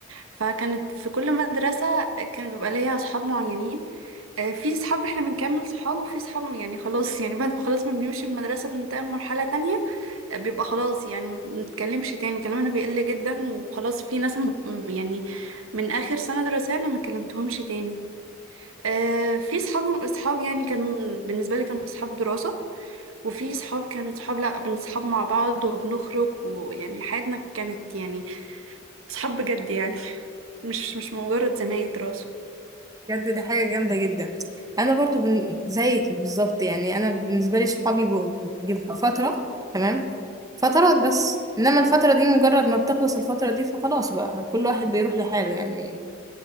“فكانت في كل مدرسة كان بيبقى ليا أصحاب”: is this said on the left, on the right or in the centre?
Right